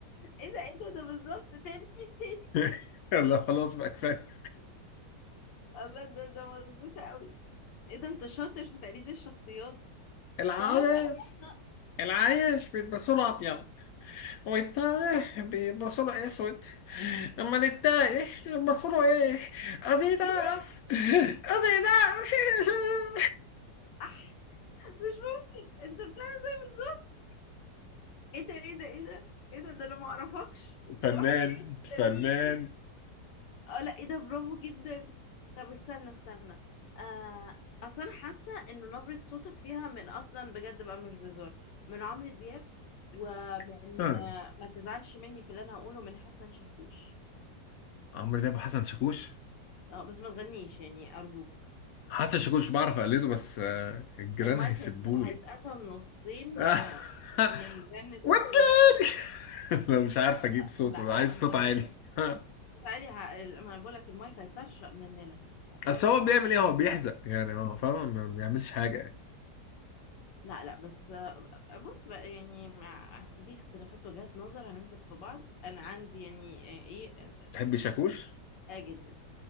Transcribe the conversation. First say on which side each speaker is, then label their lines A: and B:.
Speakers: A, on the left; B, on the left.
A: ايه ده ايه ده ده بالظبط تاني تاني
B: <laughs> يلا خلاص بقى كفايه
A: الله ده ده مظبوط قوي ايه ده انت شاطر في تقليد الشخصيات
B: العايش
A: تعرف انا حاسه
B: العايش بيلبسوا له ابيض والتايه بيلبسوا له اسود اما التايه بيلبسوا له ايه اديداس
A: ايه ده
B: اديداس <laughs>
A: أح مش ممكن انت بتعمل زي بالظبط ايه ده ايه ده ايه ده ايه ده ده انا ما اعرفكش انت
B: فنان
A: واحد تاني انت
B: فنان
A: مين اه لا ايه ده برافو جدا طب استنى استنى آه اصل انا حاسه انه نبره صوتك فيها من اصلا بجد بقى مش بهزار من عمرو دياب ومن
B: آه.
A: آه، ما تزعلش مني في اللي انا هقوله من حسن شاكوش
B: عمرو دياب وحسن شاكوش
A: اه بس ما تغنيش يعني ارجوك
B: حسن شاكوش بعرف اقلده بس آه، الجيران
A: المايك
B: هيسبولي
A: هيت- هيتقسم نصين
B: آه.
A: آه، من غنة
B: وجد
A: الصوت
B: <laughs> لو مش عارف اجيب صوته
A: لا
B: عايز
A: لا مش
B: صوت
A: هنمشي
B: عالي <laughs>
A: بس عادي ه- ال- ما انا بقول لك المايك هيطرشق مننا لا بلاش
B: اصل هو بيعمل ايه هو بيحزق يعني هو فاهم ما بيعملش حاجه يعني
A: لا لا بس آه، بص بقى يعني مع دي اختلافات وجهات نظر هنمسك في بعض انا عندي يعني آه، ايه اه
B: تحب شاكوش
A: آه جدا